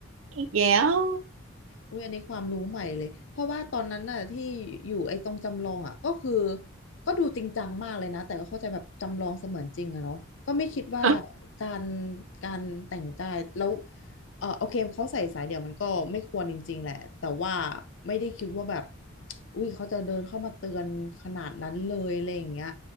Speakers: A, on the right; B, on the left.
A: อีกแล้ว
B: อุ้ยอันนี้ความรู้ใหม่เลยเพราะว่าตอนนั้นน่ะที่อยู่ไอ้ตรงจำลองอ่ะก็คือก็ดูจริงจังมากเลยนะแต่ก็เข้าใจแบบจำลองเสมือนจริงอะเนาะก็ไม่คิดว่า
A: อ่ะ
B: การการแต่งกายแล้วเออโอเคเขาใส่สายเดี่ยวมันก็ไม่ควรจริงๆแหละแต่ว่าไม่ได้คิดว่าแบบอุ้ยเขาจะเดินเข้ามาเตือนขนาดนั้นเลยอะไรอย่างเงี้ย